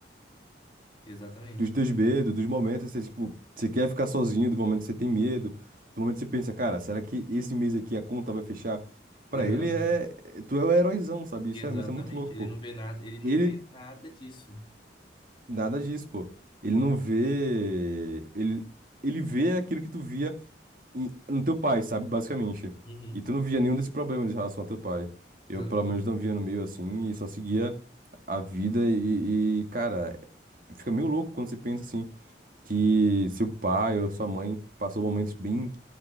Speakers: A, on the left; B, on the right.
A: Exatamente.
B: dos teus medos, dos momentos que você, tipo, você quer ficar sozinho, do momento que você tem medo, do momento que você pensa, cara, será que esse mês aqui a conta vai fechar?
A: Exatamente.
B: Pra ele é. é, Tu é o heróizão, sabe? Isso
A: Exatamente.
B: é, isso é muito louco,
A: Ele
B: pô.
A: não vê nada, ele não
B: Ele.
A: vê nada disso.
B: Nada disso, pô. Ele não vê. Ele, ele vê aquilo que tu via em- no teu pai, sabe? Basicamente.
A: Uhum.
B: E tu não via nenhum desses problemas em relação ao teu pai. Eu,
A: Exatamente.
B: pelo menos, não via no meio assim e só seguia a vida e, e, cara, fica meio louco quando você pensa assim que seu pai ou sua mãe passou momentos bem,